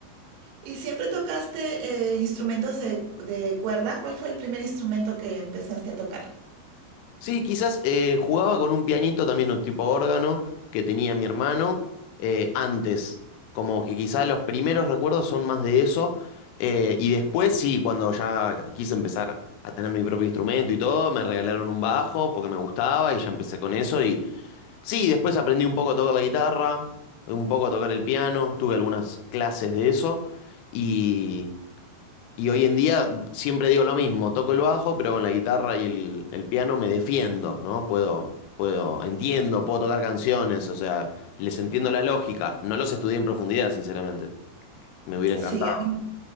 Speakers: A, on the right (about 80°); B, on the left (about 80°).
A: ¿Y siempre tocaste eh, instrumentos de, de cuerda? ¿Cuál fue el primer instrumento que empezaste a tocar?
B: Sí, quizás eh, jugaba con un pianito también, un tipo órgano, que tenía mi hermano eh, antes. Como que quizás los primeros recuerdos son más de eso. eh, y después, sí, cuando ya quise empezar a tener mi propio instrumento y todo, me regalaron un bajo porque me gustaba y ya empecé con eso. Y sí, después aprendí un poco a tocar la guitarra, un poco a tocar el piano, tuve algunas clases de eso. Y. Y hoy en día siempre digo lo mismo, toco el bajo, pero con la guitarra y el, el piano me defiendo, ¿no? Puedo, puedo, entiendo, puedo tocar canciones, o sea, les entiendo la lógica. No los estudié en profundidad, sinceramente. Me hubiera encantado.
A: Sí, a mí,